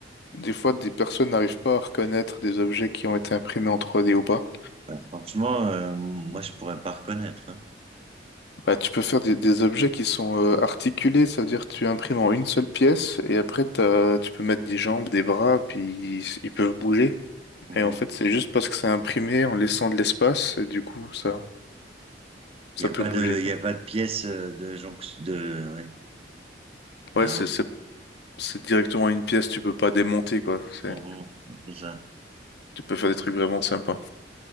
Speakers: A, on the left; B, on the right.
A: des fois, des personnes n'arrivent pas à reconnaître des objets qui ont été imprimés en 3D ou pas.
B: Ouais, franchement, euh, moi, je pourrais pas reconnaître. hein.
A: Bah, tu peux faire des, des objets qui sont euh, articulés, ça veut dire que tu imprimes en une seule pièce et après t'as- tu peux mettre des jambes, des bras, puis ils, ils peuvent bouger.
B: Mhm.
A: Et en fait, c'est juste parce que c'est imprimé en laissant de l'espace et du coup, ça, ça
B: Il y a
A: peut
B: pas
A: bouger,
B: de,
A: quoi.
B: il y a pas de pièce euh, de jonc- de, ouais. Ah,
A: Ouais, c'est, c'est, c'est directement une pièce, tu peux pas démonter, quoi. C'est,
B: mhm. C'est ça.
A: tu peux faire des trucs vraiment sympas.